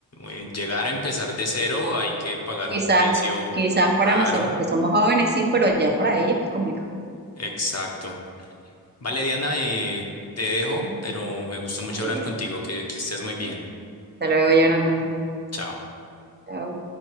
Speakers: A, on the left; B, on the right.
A: eh, llegar a empezar de cero hay que pagar
B: Quizás,
A: un precio
B: quizás para
A: caro.
B: nosotros que somos jóvenes sí, pero ya para ellos es complicado.
A: Exacto. Vale, Diana, eh, te dejo, pero me gustó mucho
B: Dale.
A: hablar contigo, que que estés muy bien.
B: Hasta luego, Jonathan.
A: Chao.
B: Chao.